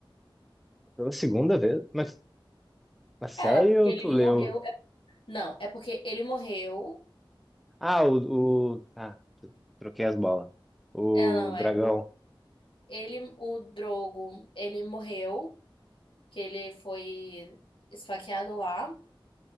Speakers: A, in the centre; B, on the left.
A: pela segunda vez? Mas, mas sério,
B: É, é porque ele
A: tu leu?
B: morreu. é- não, é porque ele morreu.
A: Ah, o, o... Tá, troquei as bolas. O
B: É, não, é.
A: dragão.
B: Ele, o Drogo, ele morreu, que ele foi esfaqueado lá.